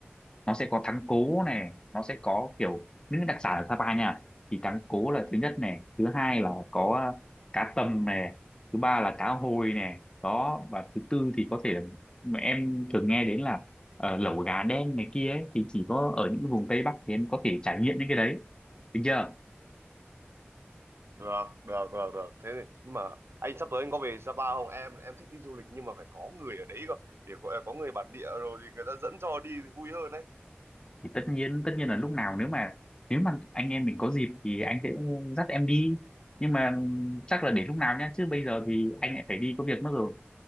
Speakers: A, on the left; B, on the right.
A: nó sẽ có thắng cố này nó sẽ có kiểu những đặc sản ở Sapa nha thì thắng cố là thứ nhất này thứ hai là có ờ, cá tầm này thứ ba là cá hồi này đó và thứ tư thì có thể là mà em thường nghe đến là ờ, lẩu gà đen này kia ấy, thì chỉ có ở những vùng Tây Bắc thì em có thể trải nghiệm những cái đấy được chưa
B: được được được được thế thì nhưng mà anh sắp tới anh có về Sapa không em em thích đi du lịch nhưng mà phải có người ở đấy cơ để có, có người bản địa rồi thì người ta dẫn cho đi thì vui hơn đấy
A: thì tất nhiên tất nhiên là lúc nào nếu mà nếu mà anh em mình có dịp thì anh sẽ dắt em đi nhưng mà chắc là để lúc nào nhá chứ bây giờ thì anh lại phải đi có việc mất rồi